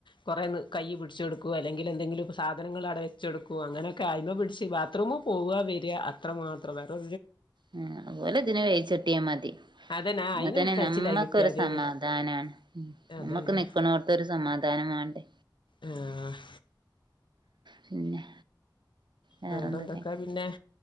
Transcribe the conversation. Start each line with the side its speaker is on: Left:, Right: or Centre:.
Left: കുറെ കൈ പിടിച്ചു കൊടുക്കുവോ അല്ലെങ്കിൽ എന്തങ്കിലുംപ്പോ സാധനങ്ങ അടവെച്ചെടുക്കോ അങ്ങനെ കായ്മ പിടിച്ച് ബാത്റൂം പോവവാ വരിക അത്ര മാത്രം വേറരു
Right: ആ അതുപോലെ ഇതിന് വേയിച്ചിട്ടിയ മതി
Left: അതന്നെ
Right: എന്നാത്തന്നെ
Left: അയിന് കഴിച്ചിലായി
Right: നമ്മക്കരു
Left: കിട്ടിയാതേനി
Right: സമാധാനമാണ്
Left: അതന്നെ
Right: നമ്മുക്ക് നിക്കണോ ഇതൊരു സമാധാനം വാണ്ടേ
Left: ആഹ്
Right: പിന്നെ വേറെന്തൊക്കെ
Left: വേറെന്തൊക്കാ പിന്നെ